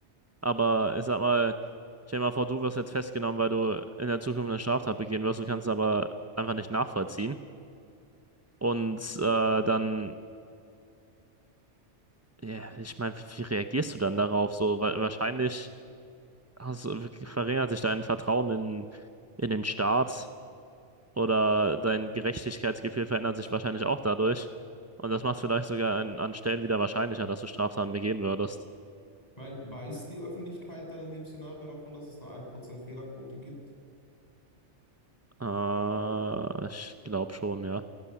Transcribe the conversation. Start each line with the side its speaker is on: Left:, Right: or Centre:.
Right: aber ich sag mal, stell dir mal vor, du wirst jetzt festgenommen, weil du in der Zukunft eine Straftat begehen wirst, du kannst es aber einfach nicht nachvollziehen. Und äh, dann Ja, ich meine, wie, wie reagierst du dann darauf? So, weil wahrscheinlich hast, du- verringert sich dein Vertrauen in, in den Staat oder dein Gerechtigkeitsgefühl verändert sich wahrscheinlich auch dadurch. Und das macht es vielleicht sogar an, an Stellen wieder wahrscheinlicher, dass du Straftaten begehen würdest.
Left: Ich meine, weiß die Öffentlichkeit dann in dem Szenario davon, dass es eine ein Prozent Fehlerquote gibt?
Right: Äh, ich glaube schon, ja.